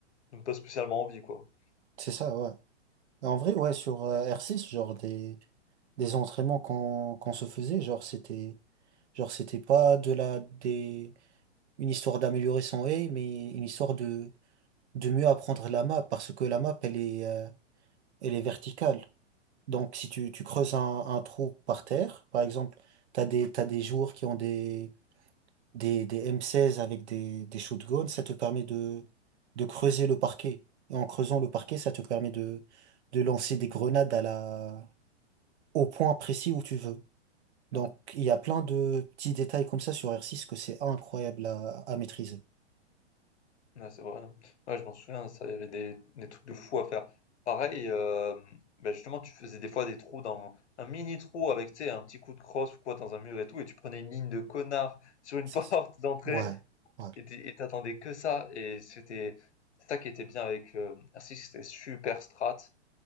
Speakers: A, on the left; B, on the right.
A: donnent pas spécialement envie quoi.
B: C'est ça, ouais. Et En vrai, ouais, sur euh, R6, genre des, des entraînements qu'on qu'on se faisait, genre c'était genre c'était pas de la des une histoire d'améliorer son aim, mais une histoire de, de mieux apprendre la map, parce que la map, elle est, euh, elle est verticale. Donc, si tu, tu creuses un, un trou par terre, par exemple, t'as des, t'as des joueurs qui ont des, des, des m seize avec des, des shotguns, ça te permet de, de creuser le parquet. Et en creusant le parquet, ça te permet de, de lancer des grenades à la, au point précis où tu veux. Donc,
A: Ouais,
B: il y a plein de petits détails comme ça sur r six que c'est incroyable à, à maîtriser.
A: ouais, c'est vrai. Ouais, je m'en souviens, ça, il y avait des, des trucs de fou à faire. Pareil, euh, ben justement, tu faisais des fois des trous dans un mini trou avec, tu sais, un petit coup de crosse ou quoi dans un mur et tout, et tu prenais une ligne de connard sur une
B: C'est
A: <laughs> porte
B: ça.
A: d'entrée.
B: Ouais. ouais.
A: Et tu et t'attendais que ça, et c'était ça qui était bien avec euh, Arctic, c'était super strat,